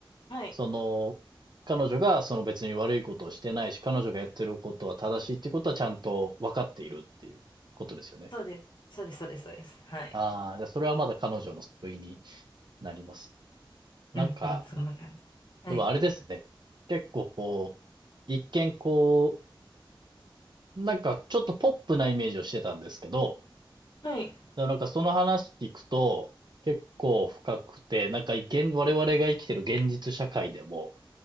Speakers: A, on the left (about 60°); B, on the right (about 55°).
A: はい
B: その、彼女がその別に悪いことをしてないし、彼女がやってることは正しいっていうことはちゃんと分かっているっていうことですよね。
A: そうですそうですそうですそうですはい
B: ああ、じゃあそれはまだ彼女の救いになりますね。なんか、
A: うんうんそんな感じはい
B: でもあれですね。結構こう、一見こう、なんかちょっとポップなイメージをしてたんですけど、
A: はい
B: だからなんかその話聞くと、結構深くて、なんか現、我々が生きてる現実社会でも、